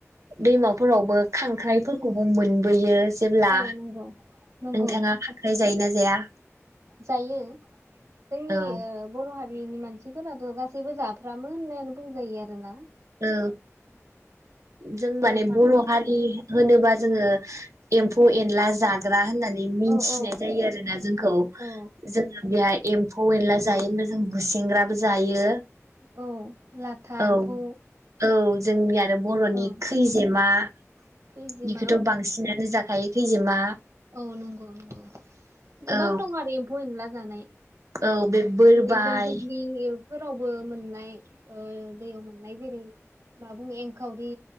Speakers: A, on the right; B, on the right.
A: दैमाफोरावबो खांख्राइफोरखौबो मोनबोयो जेब्ला
B: औ नंगौ नंगौ
A: नोंथाङा खांख्राय जायोना जाया?
B: जायो जोंनि
A: औ
B: ओ बर' हारि नि मानसिफोराथ' गासैबो जाफ्रामो होननायानो बुंजायो आरो ना
A: औ जों माने
B: जाफानाय
A: बर' हारि होनोबा जोङो
B: औ
A: एम्फौ एनला जा ग्रा होननानै मिथिनाय
B: औ औ
A: जायो आरोना जोंखौ
B: औ
A: जोङो बेहाय एम्फौ एनला जायो होनबा जों गुसेंग्राबो जायो
B: औ लाथा
A: औ
B: एम्फौ
A: औ जोंनि आरो बर'नि
B: औ
A: खैजेमानिखौथ'
B: खैजिमा औ
A: बांसिनानो
B: दङ
A: जा खायो खैजेमा
B: औ नंगौ नंगौ गोबां
A: औ
B: दं आरो एम्फौ एनला जानाय।
A: औ बे
B: ओ
A: बोरबाय
B: जेरै जों दुब्लि फोरावबो मोननाय ओ दैयाव मोननाय जेरै मा बुङो एंखावरि